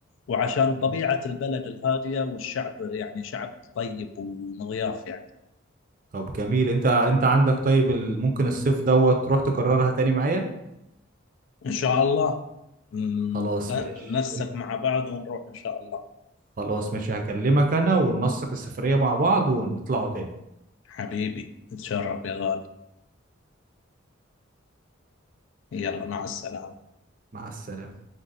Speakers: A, on the left; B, on the right.
A: وعشان
B: مم.
A: طبيعة البلد الهادية والشعب يعني شعب طيب ومضياف يعني
B: طب جميل انت انت عندك طيب ال- ممكن الصيف دوت تروح تكررها تاني معايا
A: إن شاء الله ن-
B: خلاص ماشي
A: ننسق
B: انت
A: مع بعض ونروح إن شاء الله
B: خلاص ماشي هكلمك انا وننسق السفرية مع بعض ونطلعوا تاني
A: حبيبي تشرف يا غالي يلا مع السلامة
B: مع السلامة